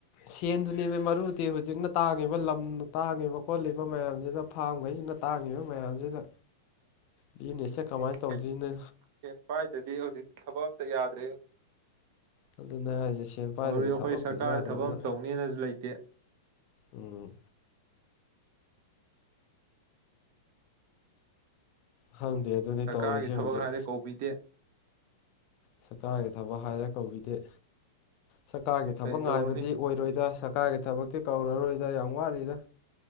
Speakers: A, on the left (about 40°); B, on the right (about 45°).
A: ꯁꯦꯟꯗꯨꯅꯦꯕ ꯃꯔꯨꯗꯤ ꯍꯧꯖꯤꯛꯅ ꯇꯥ ꯑꯗꯨꯒ ꯂꯝꯅ ꯇꯥꯡꯉꯤꯕ ꯈꯣꯠꯂꯤꯕ ꯃꯌꯥꯝꯁꯤꯗ ꯐꯥꯝꯈꯩꯁꯤꯅ ꯇꯥꯡꯉꯤꯕ ꯃꯌꯥꯝꯁꯤꯗ
B: <inaudible>
A: ꯕꯤꯖꯤꯅꯦꯁꯁꯦ
B: ꯁꯦꯟꯁꯦ
A: ꯀꯃꯥꯏꯅ ꯇꯧꯗꯣꯏꯅꯣ
B: ꯁꯦꯟ ꯄꯥꯏꯗꯗꯤ ꯍꯧꯖꯤꯛ ꯊꯕꯛ ꯑꯝꯇ ꯌꯥꯗ꯭ꯔꯦ
A: ꯑꯗꯨꯅꯦ ꯍꯥꯏꯁꯦ ꯁꯦꯟ ꯄꯥꯏꯗꯗꯤ
B: ꯍꯧꯖꯤꯛ ꯑꯩꯈꯣꯏ
A: ꯊꯕꯛ ꯑꯝꯇꯁꯨ
B: ꯁꯔꯀꯥꯔ
A: ꯌꯥꯗ꯭ꯔꯕꯅꯤꯅ
B: ꯊꯕꯛ ꯑꯃ ꯇꯧꯅꯤꯅꯁꯨ ꯂꯩꯇꯦ <inaudible>
A: ꯎꯝ ꯈꯪꯗꯦ ꯑꯗꯨꯅꯤ
B: ꯁꯔꯀꯥꯔꯒꯤ
A: ꯇꯧꯔꯤꯁꯦ
B: ꯊꯕꯛ
A: ꯍꯧꯖꯤꯛ
B: ꯍꯥꯏꯔꯦ ꯀꯧꯕꯤꯗꯦ
A: ꯁꯔꯀꯥꯔꯒꯤ ꯊꯕꯛ ꯍꯥꯏꯔꯦ ꯀꯧꯕꯤꯗꯦ ꯁꯔꯀꯥꯔꯒꯤ
B: ꯀꯔꯤ
A: ꯊꯕꯛ ꯉꯥꯏꯕꯗꯤ
B: ꯇꯧꯔꯨꯅꯤ
A: ꯑꯣꯏꯔꯣꯏꯗ ꯁꯔꯀꯥꯔꯒꯤ ꯊꯕꯛꯇꯤ ꯀꯧꯔꯔꯣꯏꯗ ꯌꯥꯝ ꯋꯥꯠꯂꯤꯗ